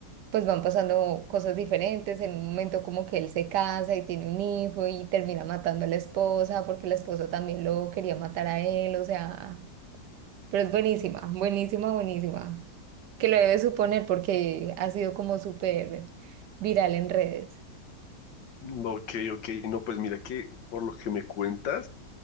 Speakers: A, on the right; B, on the left.
A: pues van pasando cosas diferentes. En un momento como que él se casa y tiene un hijo y termina matando a la esposa porque la esposa también lo quería matar a él, o sea... Pero es buenísima, buenísima, buenísima. Que lo debes suponer porque ha sido como súper viral en redes.
B: Ok, ok. No, pues mira que por lo que me cuentas,